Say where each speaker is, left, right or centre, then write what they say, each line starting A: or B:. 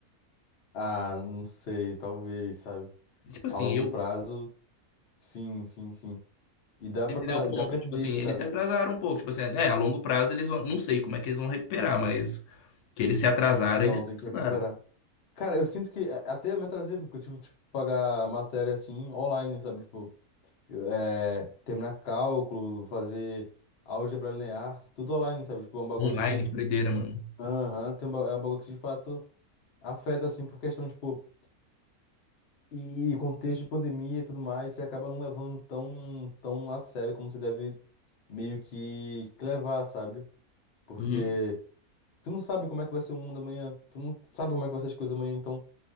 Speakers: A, on the left; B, on the left.
A: Ah, não sei, talvez, sabe?
B: Tipo assim,
A: A longo
B: eu.
A: prazo, sim, sim, sim. E dá pra,
B: Entendeu o ponto?
A: e dá pra entender
B: Tipo assim,
A: isso,
B: eles
A: cara.
B: se atrasaram um pouco. Tipo assim, é, a longo prazo eles vão. Não sei como é que eles vão recuperar, mas que eles se atrasaram,
A: Não,
B: eles se
A: tem
B: atrasaram.
A: que recuperar. Cara, eu sinto que a- até eu me atrasei, porque eu tive que tipo, pagar matéria assim online, sabe? Tipo, eu, é, terminar cálculo, fazer álgebra linear, tudo online, sabe? Tipo, é um bagulho
B: Online,
A: que.
B: que doideira, mano.
A: Aham, tem um, ba- é um bagulho que de fato afeta, assim, por questão, tipo, e, e contexto de pandemia e tudo mais, você acaba não levando tão, tão a sério como você deve meio que que levar, sabe? Porque
B: Uhum.
A: tu não sabe como é que vai ser o mundo amanhã, tu não sabe como é que vai ser as coisas amanhã, então.